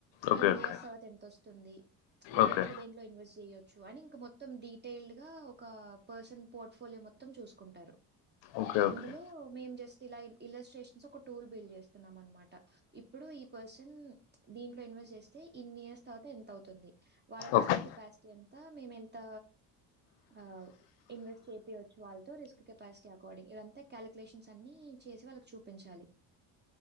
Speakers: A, on the left (about 75°); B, on the right (about 25°).
A: ఓకే
B: ఇన్ని
A: ఓకే
B: ఇయర్స్ తరువాత ఎంత వస్తుంది దేంట్లో
A: ఓకే
B: దేన్ ట్లో ఇన్వస్ట్ చేయొచ్చు అని ఇంక మొ త్తం డీటెయిల్డ్ గా ఒక పర్సన్ పోర్ట్ఫోలియో మొత్తం చూసుకుంటారు
A: ఓకే
B: అందులో
A: ఓకే
B: మేం జస్ట్ ఇలా ఇన్ ఇలస్ట్రేషన్స్ ఒక టూల్ బిల్ చేస్తున్నాం అనమాట ఇప్పుడు ఈ పర్సన్ దీంట్లో ఇన్వెస్ట్ చేస్తే ఇన్ ఇయర్స్ తవాత ఎంత అవుతుంది వాళ్ళ రిస్క్
A: ఓకే
B: కెపాసిటీ ఎంత మేమెం త అ ఇన్వెస్ట్ చేపియవచ్చు వాళ్ళతో రిస్క్ కెపాసిటీ అకార్డింగ్ ఇదంతా కాలిక్యలేషన్స్ అన్ని చేసి వాళ్ళకి చూపించాలి.